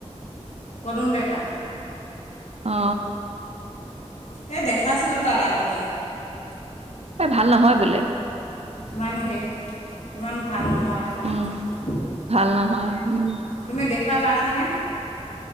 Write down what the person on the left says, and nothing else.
পদুম ডেকা?
এই দেখাইছিলোঁ তাৰ আগতে
ইমান হেৰি, ইমান ভাল নহয় অ
তুমি দেখুৱাই পাইছানে